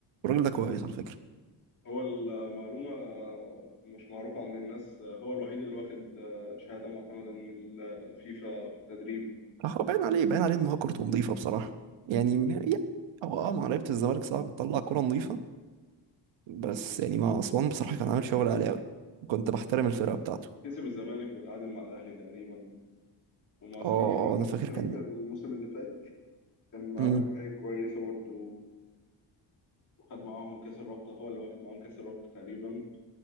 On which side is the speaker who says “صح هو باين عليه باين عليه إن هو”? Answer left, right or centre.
Right